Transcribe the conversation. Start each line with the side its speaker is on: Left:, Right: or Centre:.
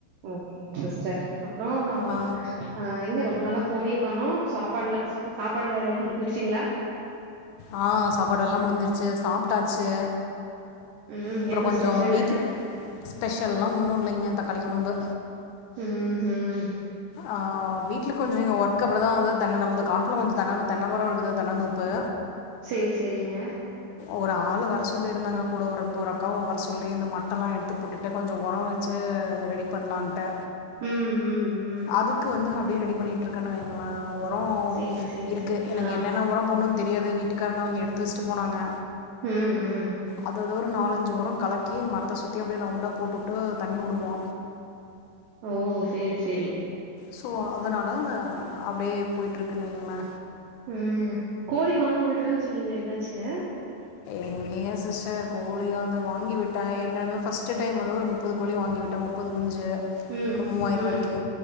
Right: ஓகேங்க சிஸ்டர் அப்றோ உ
Left: ஆ
Right: எங்க ரெண்டு நாளா ஃபனே காணும் சாப்பாடுல சாப்பாடு வேலயெல்லா முடிஞ்சிருச்சிங்களா
Left: ஆ சாப்பாடு வேல முடிஞ்சிருச்சு சாப்டாச்சு
Right: ம்
Left: அப்புற
Right: என்ன
Left: கொஞ்சோ
Right: ஸ்பெஷலு
Left: வீட்ல ஸ்பெஷல்லா ஒன்னு இல்லங்க தக்காளி குழம்பு
Right: ம் ம்
Left: ஆ வீடல கொஞ்சோ ஒர்க் அப்றதா வந்து <unintelligible> காட்ல கொஞ்சோ தன் தென்ன மர இருக்குது தென்ன தோப்பு
Right: சேரி சேரிங்க
Left: ஒரு ஆள வர சொல்லி இருந்தாங்க கூட ஒரு தூர அக்காவ வர சொல்லி இந்த மட்ட எல்லா எடுத்து போட்டுட்டு கொஞ்சோ உர வச்சு ரெடி பண்ணலான்டு
Right: ம் ம் ம்
Left: அதுக்கு வந்து அப்டியே ரெடி பண்ணிட்டு இருக்கே வைங்கள உரம்
Right: சேரி சேரி
Left: இருக்கு
Right: சேரி
Left: எனக்கு
Right: ஆ
Left: என்னன்ன உரம் போட்ணு தெரியாது வீட்டுக்காரங்க அவிங்க எடுத்து வச்சுட் போனாங்க
Right: ம் ம்
Left: அத ஒரு ஒரு நாலஞ்சு ஒரொ கலக்கி மரத்தை சுத்தி அப்டியே ரவுண்டா போட்டுட்டு தண்ணி வுடுவோ
Right: ஓ சேரி சேரி
Left: ஸோ அதனால அப்டியே போயட்டுருக்கு வைங்களே
Right: ம் கோழிவாங்கி விடுறேன்னு சொன்னீங்களே என்னச்சுங்க
Left: எங்கங்கே சிஸ்டர் கோழிய வந்து வாங்கிவிட்டா ஏற்கனவே ஃபர்ஸ்ட் டைம் வந்து ஒரு முப் முப்பது கோழியு வாங்கிவிட்டோமா முப்பது குஞ்சு
Right: ம்
Left: ஒரு மூவாயிர
Right: ம்
Left: ரூவாய்க்கு